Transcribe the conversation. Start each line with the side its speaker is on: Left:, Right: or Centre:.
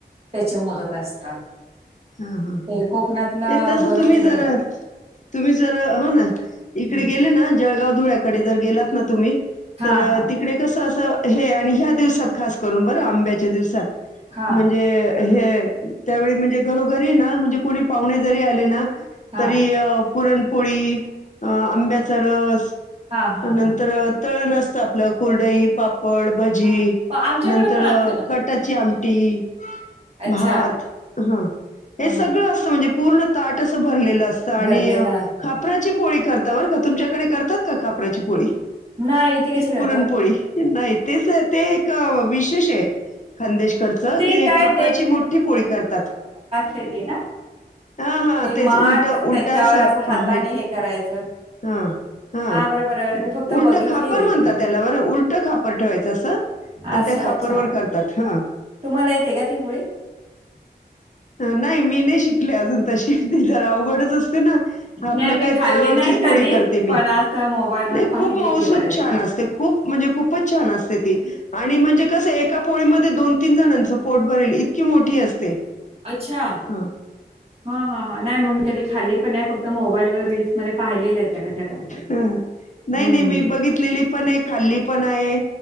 Right: त्याचे मोदक असतात.
Left: हंहं हं.
Right: ते कोकणातला
Left: ते तस
Right: बरंच
Left: तुम्ही
Right: बरंच
Left: जरा तुम्ही जरा हो ना इकडे
Right: हम्म.
Left: गेले ना जळगाव धुळ्याकडे जर गेलात ना तुम्ही
Right: हा
Left: तर
Right: हा
Left: तिकडे कसं अस -- तं हे आणि ह्या दिवसात खास करून बरं आंब्याच्या दिवसात
Right: हा
Left: म्हणजे हे -- त्यावेळी म्हणजे घरोघरी ना म्हणजे कोणी पाहुणे जरी आले ना
Right: हा
Left: तरी -- पुरणपोळी, आंब्याचा रस
Right: हा हा
Left: नंतर
Right: हा
Left: तळण असतं. आपलं कुरडई, पापड, भजी
Right: हा हा आमच्याकडे
Left: नंतर
Right: पण असते मग
Left: कटाची
Right: ते
Left: आम टी,
Right: अच्छा
Left: भात हा.
Right: हा
Left: हे सगळं
Right: हा
Left: असतं म्हणजे पूर्ण ताट असं भरलेलं असतं आणि
Right: भरलेला असत
Left: खापराची --- पोळी करता बर का. तुमच्याकडे करतात खापराची पोळी?
Right: नाही इथे कशी करतात
Left: पुरणपोळी. नाही तेच ते एक विशेष आहे. खंदेश कडच
Right: ते
Left: कि
Right: काय
Left: खापराची मोठी पोळी करतात.
Right: तेथे ना.
Left: हा हा
Right: ते माठ
Left: तेच उलट
Right: त्याच्यावर
Left: उलट असं
Right: हाताने
Left: आहे
Right: हे करायचं
Left: हा हा.
Right: बरोबर बर मी फक्त
Left: उलट
Right: बघितलेली
Left: खापर म्हणतात
Right: ते
Left: त्याला बरं उलट खापर ठेवायचं असं आणि
Right: अच्छा
Left: त्या खापरवर
Right: अच्छा
Left: करतात हं.
Right: तुम्हाला येते का ती पोळी?
Left: ह नाही. मी नाही शिक अजून तशी जरा अवघडच असते ना, आपलं
Right: नाही मी
Left: काय
Right: खाल्ली
Left: तव्यावरचीच
Right: नाही कधी
Left: पोळी करते मी.
Right: पण असं मोबाईल
Left: नाही.
Right: वर पाहिलेली
Left: खूप मउसूद
Right: आहे बऱ्याचदा
Left: छान असते खूप म्हणजे खूपच छान असते ती आणि म्हणजे कसं हे एका पोळीमध्ये दोन तीन जणांचं पोट भरेल इतकी मोठी असते.
Right: अच्छा.
Left: ह
Right: हा हा हा नाही म मी कधी खाल्ली पण नाही. फक्त मोबाईल व रील्स मध्ये पाहिलेलं आहेत कशा त्या करताय
Left: हं. नाही
Right: हम्म
Left: नाही मी बघितलेली पण आहे, खाल्ली पण आहे